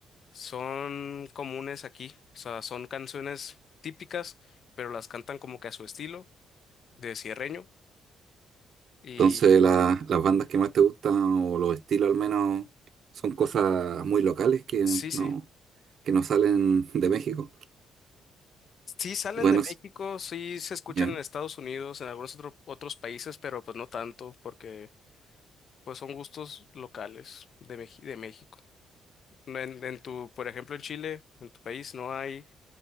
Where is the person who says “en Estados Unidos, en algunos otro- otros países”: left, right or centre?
Left